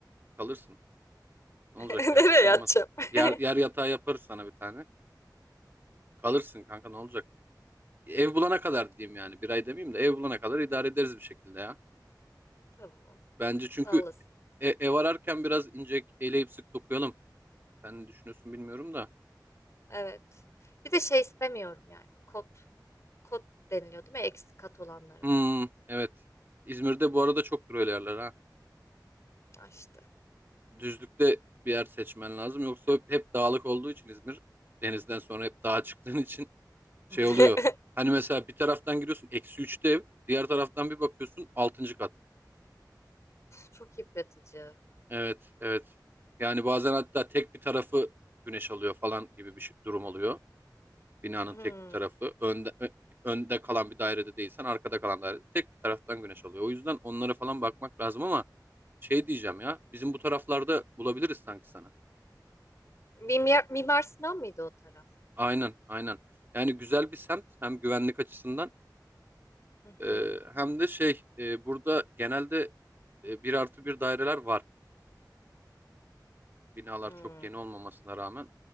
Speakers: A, on the right (about 30°); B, on the left (about 40°).
A: Kalırsın. Ne
B: <laughs>
A: olacak yani
B: Nereye
A: bir şey
B: yatacağım?
A: olmaz.
B: <laughs>
A: Yer, yer yatağı yaparız sana bir tane. Kalırsın kanka ne olacak? Ev bulana kadar diyeyim yani. Bir ay demeyeyim de ev bulana kadar idare ederiz bir şekilde ya.
B: Tamam.
A: Bence
B: Sağ
A: çünkü
B: olasın.
A: e- ev ararken biraz ince eleyip sık dokuyalım. Sen ne düşünüyorsun bilmiyorum da.
B: Evet. Bir de şey istemiyorum yani. Kot. Kot deniliyor değil mi? Eksi kat olanlara.
A: Hmm, evet. İzmir'de bu arada çok öyle yerler ha.
B: Açtı.
A: Düzlükte bir yer seçmen lazım. Yoksa hep, hep dağlık olduğu için İzmir. Denizden sonra hep dağa çıktığın için şey
B: <laughs>
A: oluyor. Hani mesela bir taraftan giriyorsun eksi üçte ev. Diğer taraftan bir bakıyorsun altıncı kat.
B: Çok yıpratıcı.
A: Evet, evet. Yani bazen hatta tek bir tarafı güneş alıyor falan gibi bir şey- durum oluyor. Binanın
B: Hmm.
A: tek bir tarafı. Önde, ö- önde kalan bir dairede değilsen arkada kalan dairede tek bir taraftan güneş alıyor. O yüzden onlara falan bakmak lazım ama şey diyeceğim ya. Bizim bu taraflarda bulabiliriz sanki sana.
B: Mimyar Mimar Sinan mıydı o taraf?
A: Aynen, aynen. Yani güzel bir semt hem güvenlik açısından
B: Hı hı.
A: e, hem de şey e, burada genelde e, bir artı bir daireler var. binalar
B: Hımm.
A: çok yeni olmamasına rağmen